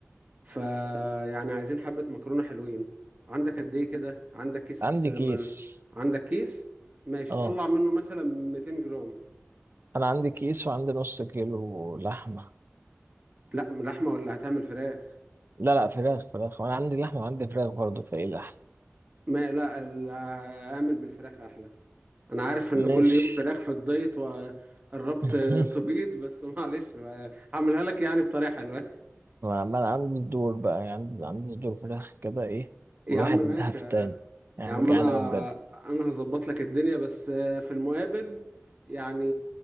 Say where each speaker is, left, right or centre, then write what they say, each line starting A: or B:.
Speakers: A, on the right; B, on the right.
A: فيعني عايزين حبة مكرونة حلوين عندك قد ايه كده عندك كيس
B: عندي كيس
A: عندك كيس ماشي
B: اه
A: طلع منه مثلا 200 جرام
B: انا عندي كيس وعندي نص كيلو لحمة
A: لا لحمة ولا هتعمل فراخ
B: لا لا فراخ فراخ وانا عندي لحمة وعندي فراخ برضه فايه لحمة
A: ما لا ال- اعمل بالفراخ احلى انا عارف ان
B: ماشي
A: كل يوم فراخ في الدايت وقربت
B: <laughs>
A: تبيض بس <laughs> معلش هعملها لك يعني بطريقة حلوة
B: ما ما انا عندي صدور بقى يعني عندي عندي صدور فراخ كده ايه
A: يا
B: والواحد
A: عم ماشي
B: هفتان يعني
A: يا عم
B: جعان
A: انا
B: قوي بجد
A: انا هظبط لك الدنيا بس آه، في المقابل يعني